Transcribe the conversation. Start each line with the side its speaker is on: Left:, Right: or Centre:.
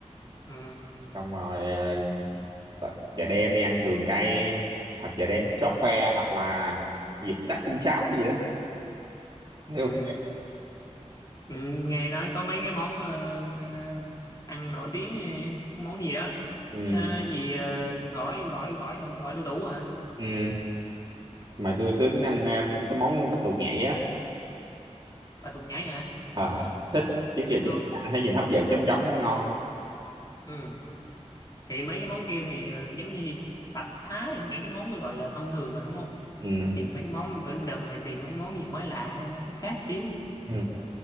Left: Ừ.
Right: xong rồi à, t- chợ đêm đi ăn sườn cay hoặc chợ đêm chóp phe hoặc là gì chắc xương chát gì đó Theo-
Left: Ừ. Ừ, nghe nói có mấy cái món ờ, ờ, ăn nổi tiếng ờ, món gì đó
Right: ừ.
Left: à, gì ờ, gỏi gỏi gỏi hả gỏi đu đủ hả
Right: Ừ. mà tôi tôi tính ăn ờ, cái món bạch tuộc nhảy á
Left: và thuộc nhảy hả
Right: à, thích trước giờ
Left: nghe
Right: chưa
Left: ngon
Right: ăn thấy nhìn hấp dẫn chấm chấm cái ngon
Left: ừ. thì mấy cái món kia thì ờ, giống như gì? bạch thái mấy cái món gọi là thông thường rồi đúng không
Right: ừ.
Left: tìm mấy cái món bữa đợt này tìm mấy cái món gì mới lạ nó khác khác xíu
Right: Ừ.